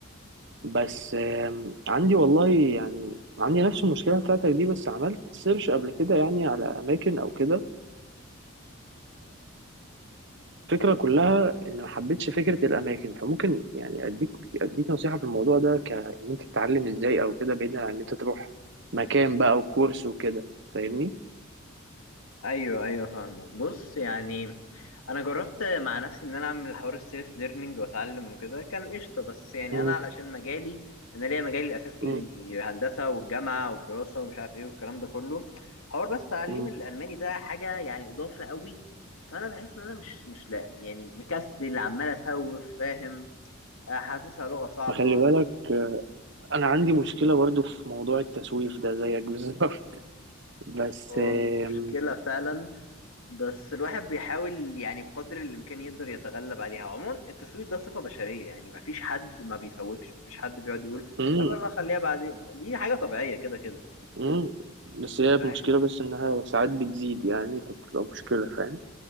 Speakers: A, on the right; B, on the left.
A: بس آم، عندي والله يعني عندي نفس المشكله بتاعتك دي بس عملت سيرش قبل كده يعني على اماكن او كده الفكرة كلها إن ما حبيتش فكرة الأماكن فممكن يعني أديك أديك نصيحة في الموضوع ده كإن أنت تتعلم إزاي أو كده بعيدا عن إن أنت تروح مكان بقى وكورس وكده فاهمني؟
B: ايوه ايوه فاهمك بص يعني انا جربت مع نفسي ان انا اعمل حوار السيلف ليرنينج واتعلم وكده كان قشطه بس يعني
A: مم.
B: انا علشان مجالي انا ليا مجالي الاساسي
A: مم.
B: هندسه والجامعه والدراسه ومش عارف ايه والكلام ده كله حوار بس تعليم
A: مم.
B: الالماني ده حاجه يعني اضافه قوي فانا بحس ان انا مش مش لا يعني مكسل عمال اسوف فاهم آه، حاسسها لغة صعبة
A: ما خلي بالك آه، أنا عندي مشكلة برضو في موضوع التسويف ده زيك بالظبط <laughs> بس
B: هو مشكلة
A: آم،
B: فعلا بس الواحد بيحاول يعني بقدر الإمكان يقدر يتغلب عليها عموما التسويف ده صفة بشرية يعني مفيش حد ما بيسوفش مفيش حد بيقعد يقول
A: مم.
B: طب يلا خليها بعدين دي حاجة طبيعية كده كده
A: مم. بس هي
B: فاهم
A: مشكلة بس إنها ساعات بتزيد يعني فبتبقى مشكلة فاهم؟